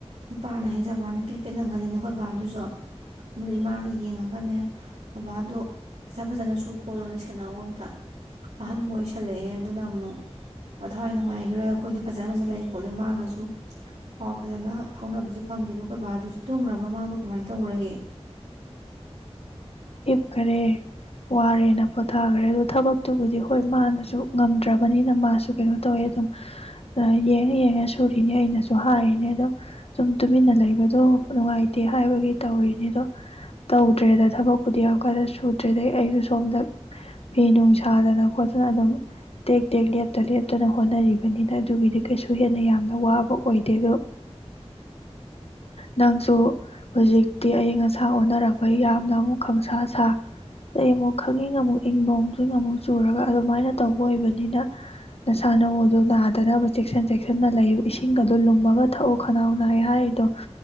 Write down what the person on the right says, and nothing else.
ꯅꯨꯄꯥꯅꯦ ꯍꯥꯏꯩꯖꯕ ꯋꯥꯅꯤ ꯄꯦꯠ ꯅꯥꯒꯜꯂꯤꯅꯦ ꯑꯩꯈꯣꯏ ꯕꯥꯗꯨꯁꯨ ꯑꯗꯨꯗ ꯏꯃꯥꯅ ꯌꯦꯡꯉꯒꯅꯦ ꯕꯕꯥꯗꯣ ꯐꯖ ꯐꯖꯅ ꯁꯨ ꯈꯣꯜꯂꯣꯅ ꯁꯦꯟꯅꯧꯋꯣ ꯑꯝꯇ ꯑꯍꯟꯕꯨ ꯑꯣꯏꯁꯜꯂꯛꯑꯦ ꯑꯗꯨꯅ ꯑꯃꯨꯛ ꯃꯊꯋꯥꯏ ꯅꯨꯡꯉꯥꯏ ꯈꯣꯏ ꯐꯖ ꯐꯖ ꯂꯩ ꯈꯣ ꯃꯥꯒꯁꯨ ꯄꯥꯎ ꯐꯖ ꯐꯥꯎꯅꯕꯁꯨ ꯐꯪꯗꯦ ꯑꯗꯨꯒꯗ ꯑꯩꯈꯣꯏ ꯕꯥꯗꯨꯁꯨ ꯇꯨꯝꯒꯔꯕ ꯃꯥꯕꯨ ꯀꯃꯥꯏꯅ ꯇꯧꯒꯔꯒꯦ